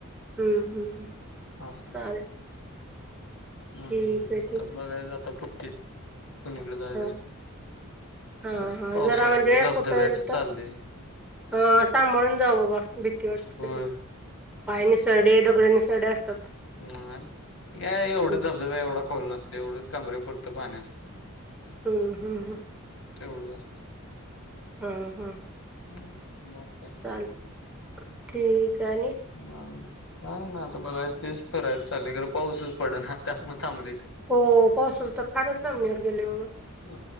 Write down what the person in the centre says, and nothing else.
हम्म हम्म
चालेल
ठीक
आहे
ठीक
आहे
हा
हा हा
जरा म्हणजे
कुठं तिथं
अ सांभाळून जाऊ बाबा भीती वाट
सग. पाय निसरडे दगड निसरडे असतात.
हम्म
हम हम हम,
हम्म हम्म,
चालतंय ठीक आहे आणि.
हो पावसाच तर फारच लांबणीवर गेले बाबा.